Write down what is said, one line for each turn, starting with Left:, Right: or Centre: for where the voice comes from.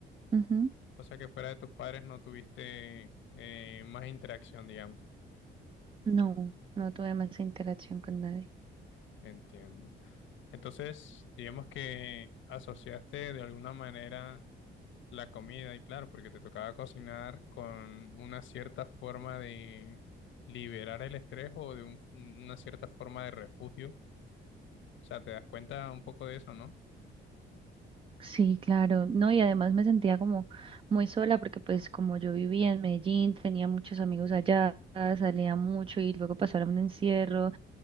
Right: Ujú.
Left: o sea que fuera de tus padres no tuviste eh, más interacción, digamos.
Right: No, no tuve más interacción con nadie.
Left: Entiendo. Entonces, digamos que asociaste de alguna manera la comida, y claro, porque te tocaba cocinar con una cierta forma de liberar el estrés o de un- una cierta forma de refugio. O sea, te das cuenta un poco de eso, ¿no?
Right: Sí, claro, no, y además me sentía como muy sola porque pues como yo vivía en Medellín, tenía muchos amigos allá, salía mucho y luego pasaron un encierro.